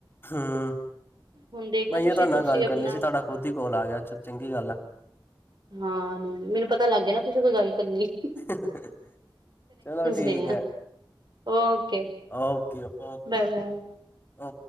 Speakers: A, on the left; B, on the right.
A: ਹੂੰ
B: ਹੁਣ ਦੇਖਣਾ
A: ਮੈਂ ਅਈਓ
B: ਤੁਸੀਂ
A: ਤੁਹਾਡੇ
B: ਤੁਸੀਂ
A: ਨਾਲ ਗੱਲ
B: ਆਪਣਾ
A: ਕਰਨੀ ਸੀ ਤੁਹਾਡਾ ਖੁਦ ਹੀ ਕੋਲ ਆ ਗਿਆ ਚੰਗੀ ਗੱਲ ਆ।
B: ਹਾਂ ਨਹੀਂ ਮੈਨੂੰ ਪਤਾ ਲੱਗ ਗਿਆ ਨਾ ਤੁਸੀਂ ਕੋਈ ਗੱਲ ਕਰਨੀ ਹੈ।
A: <inaudible> ਚਲੋ ਠੀਕ
B: ਨੇ
A: ਹੈ
B: ਓਕੇ
A: ਓਕੇ ਓ
B: ਬਾਏ ਬਾਏ
A: ਓ